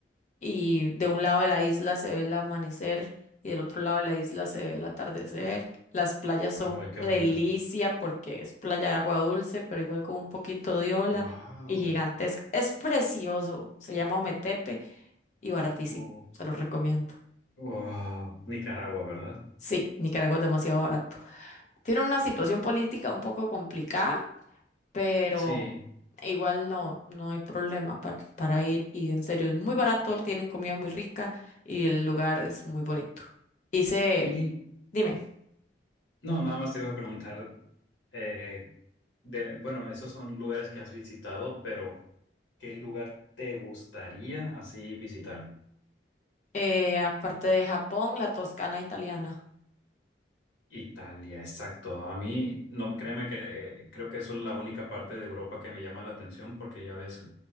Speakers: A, on the left; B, on the left.
A: y de un lado de la isla se ve el amanecer y del otro lado de la isla se ve el atardecer. Las playas son
B: Oh, qué
A: una
B: bonito.
A: delicia porque es playa de agua dulce, pero igual con un poquito de ola
B: Wow.
A: y gigantesca. Es precioso, se llama Ometepe y baratísimo,
B: Oh.
A: se los recomiendo.
B: Wow. Nicaragua, ¿verdad?
A: Sí, Nicaragua es demasiado barato. Tiene una situación política un poco complicada pero
B: Sí.
A: igual no, no hay problema pa- para ir y en serio es muy barato, tienen comida muy rica y el lugar es muy bonito. Hice,
B: Y
A: dime,
B: no, nada más te iba a preguntar, eh, de- bueno, esos son lugares que has visitado, pero ¿qué lugar te gustaría así visitar?
A: eh, aparte de Japón, la Toscana italiana.
B: Italia, exacto. A mí, no, créeme que eh, creo que eso es la única parte de Europa que me llama la atención porque ya ves